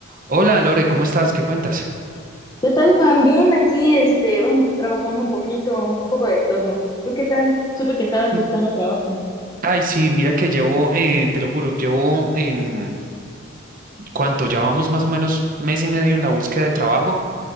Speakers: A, on the right; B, on the left.
A: Hola Lore, ¿cómo estás? ¿Qué cuentas?
B: ¿Qué tal, Juan? Bien, aquí, este, bueno, trabajando un poquito, un poco de todo. ¿Tú qué tal? Supe que estabas
A: Mm,
B: buscando trabajo.
A: Ay, sí, mira que llevo, eh, te lo juro, llevo, em, ¿cuánto? Ya vamos más o menos mes y medio en la búsqueda de trabajo